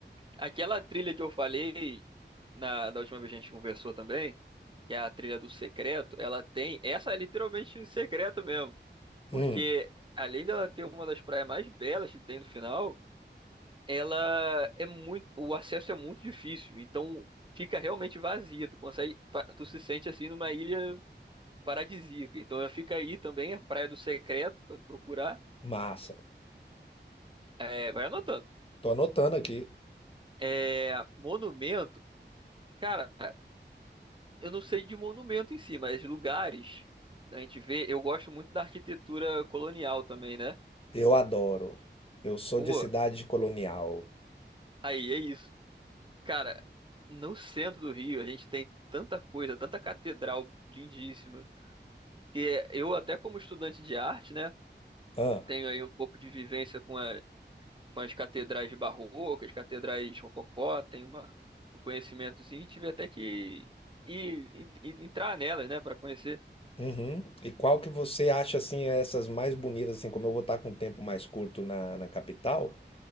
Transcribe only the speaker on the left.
Hum,
massa.
Tô anotando aqui.
Eu adoro. Eu sou
de cidade colonial.
Ah,
uhum. E qual que você acha assim é essas mais bonitas assim, como eu vou estar com um tempo mais curto na, na capital?